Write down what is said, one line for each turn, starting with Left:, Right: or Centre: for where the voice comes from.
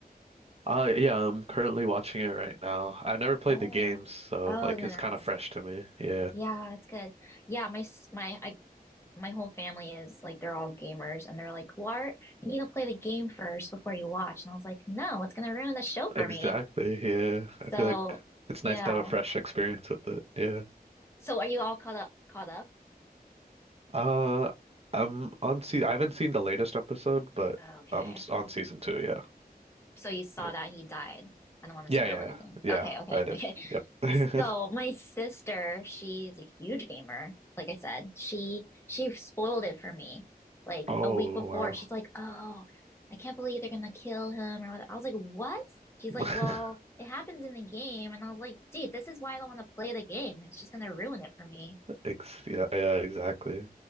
Right: Uh, yeah, I'm currently watching it right now. I've never played
Left: Oh.
Right: the games, so
Left: Oh, I
Right: like
Left: was gonna
Right: it's kind
Left: ask.
Right: of fresh to me. Yeah.
Left: Yeah, that's good. Yeah, my s- my I my whole family is like they're all gamers and they're like, "What? You need to play the game first before you watch." And I was like, "No, it's gonna ruin the show for
Right: Exactly.
Left: me."
Right: Yeah. I
Left: So,
Right: feel like it's
Left: yeah.
Right: nice to have a fresh experience with it. Yeah.
Left: So are you all caught up caught up?
Right: Uh, I'm on se I haven't seen the latest episode, but
Left: Okay.
Right: I'm s- on season two. Yeah.
Left: So you saw
Right: Yep.
Left: that he died. I don't want to
Right: Yeah.
Left: spoil
Right: Yeah.
Left: anything.
Right: Yeah.
Left: Okay, okay,
Right: I did.
Left: <laughs> okay.
Right: Yep.
Left: So
Right: <laughs>
Left: my sister, she's a huge gamer. Like I said, she she spoiled it for me like
Right: Oh,
Left: a week before.
Right: wow.
Left: She's like, "Oh, I can't believe they're gonna kill him or whatever." I was like, "What?" She's
Right: <laughs>
Left: like, "Well, it happens in the game," and I was like, "Dude, this is why I don't want to play the game. It's just gonna ruin it for me."
Right: Ex yeah, yeah, exactly.